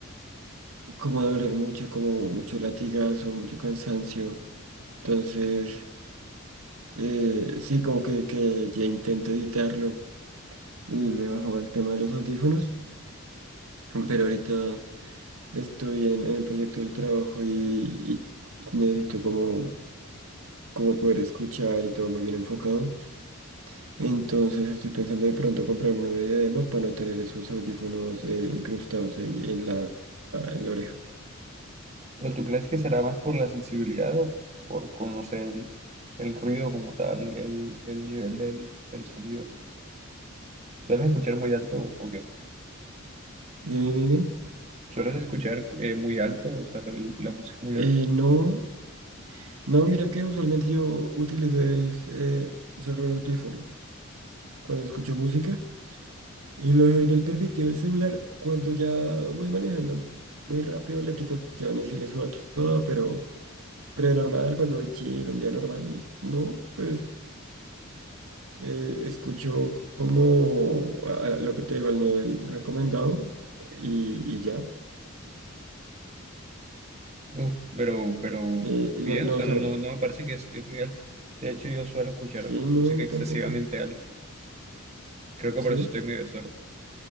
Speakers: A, on the right; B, on the right.
A: como a doler mucho, como mucho latigazo, mucho cansancio. Entonces, eh, sí, como que, que ya intento evitarlo y le bajaba el tema de los audífonos, pero ahorita estoy en, en un proyecto del trabajo y, y necesito como, como poder escuchar y todo muy bien enfocado. Entonces estoy pensando de pronto comprarme uno de diadema para no tener esos audífonos eh, incrustados ahí en la, en la oreja.
B: ¿Pero tú crees que será más por la sensibilidad o por conocer el, el ruido como tal, el, el nivel del, del sonido? ¿Sueles escuchar muy alto o qué?
A: Dime, dime.
B: ¿Sueles escuchar eh, muy alto, o sea, la, la música muy alta
A: Eh, no, No, mira que usualmente yo utilizo es, eh, solo un audífono cuando escucho música y lo dejo en el permitido del celular cuando ya voy manejando muy rápido, le quito las opciones y le subo todo, pero, pero normal, cuando voy chill, un día normal, no, pues eh, escucho como a- a lo que te digo al nivel recomendado y, y ya.
B: Uf, pero, pero
A: Eh, y
B: bien,
A: no, no,
B: o sea,
A: o sea,
B: no, no, no me parece que es, que es muy alto. De hecho, yo suelo escuchar
A: sí, no,
B: música
A: a mí
B: excesivamente
A: tampoco,
B: alta. Creo que
A: sí.
B: por eso estoy medio sordo.